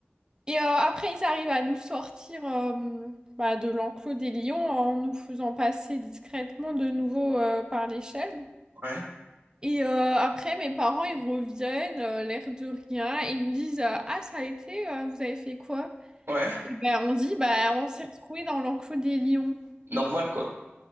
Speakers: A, on the right (about 20°); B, on the right (about 65°).
A: Et euh, après, ils arrivent à nous sortir euh, bah, de l'enclos des lions en nous faisant passer discrètement de nouveau euh, par l'échelle.
B: Ouais,
A: Et euh, après, mes parents, ils reviennent, euh, l'air de rien, et ils nous disent euh, Ah, ça a été, euh, vous avez fait quoi?
B: ouais.
A: Et ben, on dit Bah, on s'est retrouvés dans l'enclos des lions.
B: Normal, quoi.